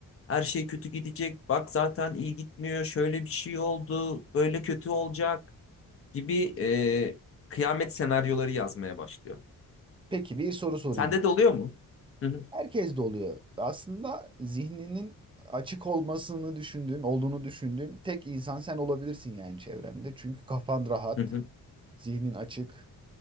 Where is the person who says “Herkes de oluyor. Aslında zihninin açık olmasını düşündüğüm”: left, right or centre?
Right